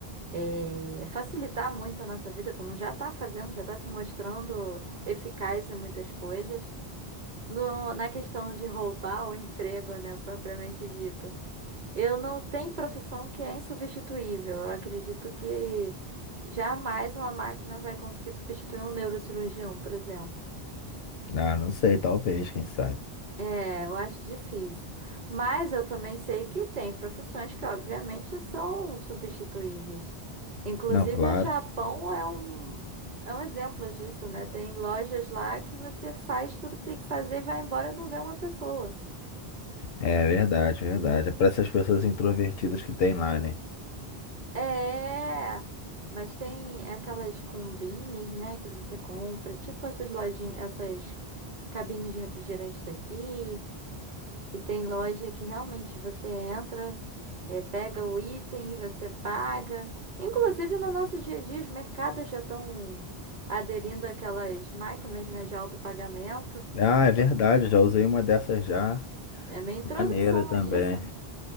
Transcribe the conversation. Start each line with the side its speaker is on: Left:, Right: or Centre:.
Right: É, facilitar muito a nossa vida, como já está fazendo, já está se mostrando eficaz em muitas coisas. No- na questão de roubar o emprego, né, propriamente dito. Eu não tenho profissão que é insubstituível. Eu acredito que jamais uma máquina vai conseguir substituir um neurocirurgião, por exemplo.
Left: Ah, não sei, talvez, quem sabe.
Right: É, eu acho difícil. Mas eu também sei que tem profissões que, obviamente, são substituíveis. Inclusive,
Left: Não, claro.
Right: o Japão é um, é um exemplo disso, né? Tem lojas lá que você faz tudo que tem que fazer e vai embora e não vê uma pessoa.
Left: É verdade, verdade. É para essas pessoas introvertidas que tem lá, né?
Right: É, mas tem aquelas combines, né, que você compra, tipo essas lojinhas, essas cabines de refrigerante daqui. E tem loja que realmente você entra, eh, pega o item, você paga. Inclusive no nosso dia a dia, os mercados já estão aderindo àquelas máquinas, né, de autopagamento.
Left: Ah, é verdade, já usei uma dessas já.
Right: É minha introdução
Left: Maneira também.
Right: a isso.